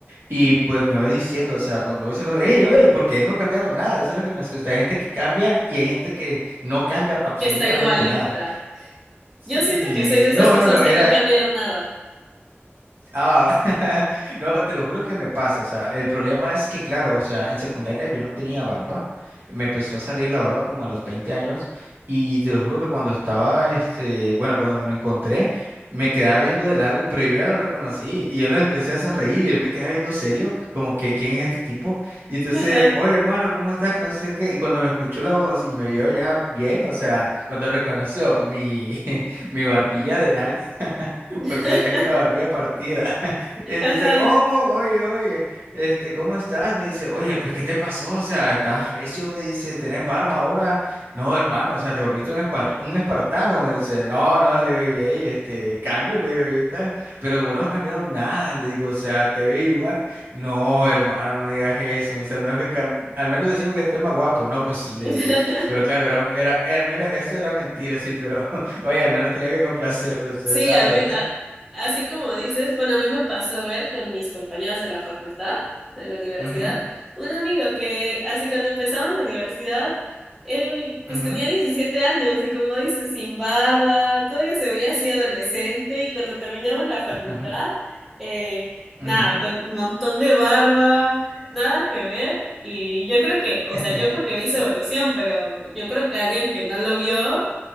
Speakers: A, on the right; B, in the centre.
A: Y pues me va diciendo, o sea, cuando lo voy saludando, hey, oye, porque él no ha cambiado nada. Eso es lo que me asusta. Hay gente que cambia y hay gente que no cambia absolutamente
B: Que está igualita.
A: nada. Sí,
B: Yo siento que soy de esas
A: no,
B: personas
A: no, no, era,
B: que no cambiaron nada.
A: ah, <laughs> no, te lo juro que me pasa, o sea, el problema es que, claro, o sea, en secundaria yo no tenía barba, me empezó a salir la barba como a los 20 años y te lo juro que cuando estaba, este, bueno, cuando me lo encontré, me quedaba viendo de largo, pero yo ya lo reconocí y yo le empecé a sonreír y él me quedaba viendo serio, como que, ¿quién es este tipo? Y entonces,
B: Ajá.
A: oye, hermano, ¿cómo estás? Que no sé qué, y cuando me escuchó la voz y me vio ya bien, o sea, cuando reconoció mi... <laughs> mi barbilla de nalga,
B: <laughs>
A: porque yo tengo una barbilla partida. <laughs> Entonces,
B: Ajá.
A: oh, oye, oye, este, ¿cómo estás? Me dice, oye, pues, ¿qué te pasó? O sea, ¿estás recio? Me dice, ¿tenés barba ahora? No, hermano, o sea, te volviste un, espar- un espartano. Me dice, no, no, le digo, y ey, este, cambio, le digo, y tal, pero vos no has cambiado nada, le digo, o sea, te veo igual. No, hermano, no me digas eso. Me dice, al menos que, cam- al menos decimos que estés más guapo. No, pues sí, le
B: <laughs>
A: digo yo. Pero claro, era, era, al menos eso era mentira, sí, pero, <laughs> oye, al menos tenía que complacerlo, o sea,
B: Sí,
A: ¿sabes?
B: a mí, a- así como dices, bueno, a mí me pasó a ver con mis compañeras de la facultad, de la universidad,
A: Ujú,
B: un amigo que así cuando empezaba la universidad, él pues
A: ujú,
B: tenía 17 años y como dices, sin barba, todavía se veía así adolescente y cuando terminamos la facultad,
A: <laughs>
B: eh,
A: ujú.
B: nada, con un montón de barba, nada que ver. Y yo creo que, o
A: <laughs>
B: sea, yo porque vi su evolución, pero yo creo que alguien que no lo vio